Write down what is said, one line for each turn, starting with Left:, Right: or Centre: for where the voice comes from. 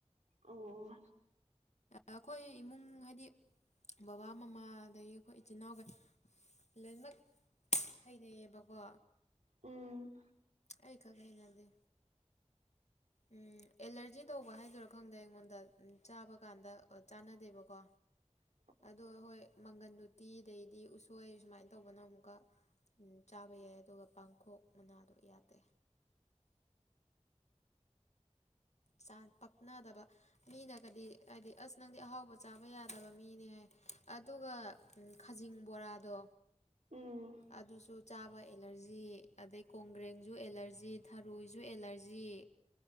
Right: ꯑꯣ
Left: ꯑꯩꯈꯣꯏ ꯏꯃꯨꯡ ꯍꯥꯏꯗꯤ ꯕꯕꯥ ꯃꯃꯥ ꯑꯗꯒꯤ ꯑꯩꯈꯣꯏ ꯏꯆꯤꯟ ꯏꯅꯥꯎꯈꯩ ꯂꯣꯏꯃꯛ ꯍꯩꯅꯩꯌꯦꯕꯀꯣ
Right: ꯎꯝ
Left: ꯑꯩ ꯈꯛ ꯍꯩꯅꯗꯦ ꯎꯝ ꯑꯦꯂꯔꯖꯤ ꯇꯧꯕ ꯍꯥꯏꯗꯨꯔꯥ ꯈꯪꯗꯦ ꯑꯩꯉꯣꯟꯗ ꯆꯥꯕ ꯀꯥꯟꯗ ꯆꯥꯟꯅꯗꯦꯕꯀꯣ
Right: <unintelligible>
Left: ꯑꯗꯣ ꯍꯣꯏ ꯃꯪꯒꯟ ꯎꯇꯤ ꯑꯗꯩꯗꯤ ꯎꯁꯣꯏ ꯁꯨꯃꯥꯏꯅ ꯇꯧꯕꯅꯣ ꯑꯃꯨꯛꯀ ꯆꯥꯕ ꯌꯥꯏ ꯑꯗꯨꯒ ꯄꯥꯡꯈꯣꯛ ꯃꯅꯥꯗꯣ ꯌꯥꯗꯦ ꯆꯥ ꯄꯛꯅꯗꯕ ꯃꯤꯅꯒꯗꯤ ꯍꯥꯏꯗꯤ ꯑꯁ ꯅꯪꯗꯤ ꯑꯍꯥꯎꯕ ꯆꯥꯕ ꯌꯥꯗꯕ ꯃꯤꯅꯦ ꯍꯥꯏ ꯑꯗꯨꯒ ꯈꯖꯤꯡ ꯕꯣꯔꯥꯗꯣ
Right: ꯎꯝ
Left: ꯑꯗꯨꯁꯨ ꯆꯥꯕ ꯑꯦꯂꯔꯖꯤ ꯑꯗꯩ ꯀꯣꯡꯒ꯭ꯔꯦꯡꯁꯨ ꯑꯦꯂꯔꯖꯤ ꯊꯔꯣꯏꯁꯨ ꯑꯦꯂꯔꯖꯤ